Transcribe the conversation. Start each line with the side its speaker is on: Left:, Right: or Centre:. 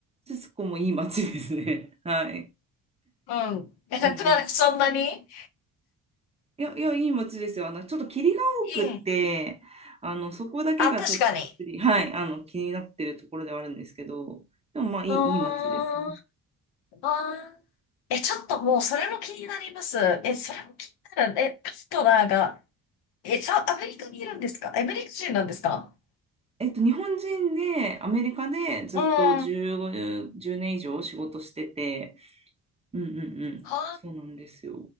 Right: シスコもいい街ですね。<laughs> はい。
Left: うん。え、なんかそんなに
Right: うんうん。いや、いや、いい街ですよ。あの、ちょっと霧が多くって、
Left: うん。
Right: あの、そこだけがちょっと、
Left: あ、確かに。
Right: はい、あの、気になってるところではあるんですけど、でもまあ、いい、
Left: あ
Right: いい街です。
Left: ー、あー。え、ちょっともうそれも気になります。え、それも気になる。え、カストナーがえ、じゃあ、アメリカにいるんですかアメリカ人なんですか
Right: えっと、日本人でアメリカでずっと10、
Left: うん。は
Right: 年以上仕事してて、うんうんうん、
Left: あ、
Right: そうなんですよ。